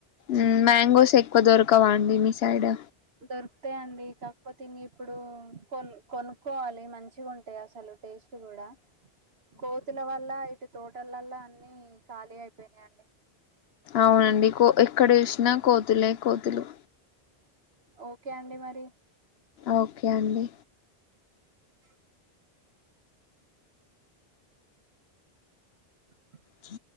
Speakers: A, on the left (about 75°); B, on the right (about 75°).
A: ఉమ్ మ్యాంగోస్ ఎక్కువ దొరకవా అండి మీ సైడ్?
B: దొరికుతాయి అండి కాకపోతే ఇంగ ఇప్పుడు కొన్ కొనుక్కోవాలి మంచిగా ఉంటాయి అసలు టేస్ట్ కూడా కోతుల వల్ల తోటలల్లా అన్ని ఖాళీ అయిపోయినాయి అండి
A: అవునండి కో ఎక్కడ చూసినా కోతులే కోతులు
B: ఓకే అండి మరి
A: ఓకే అండి
B: త బ
A: చి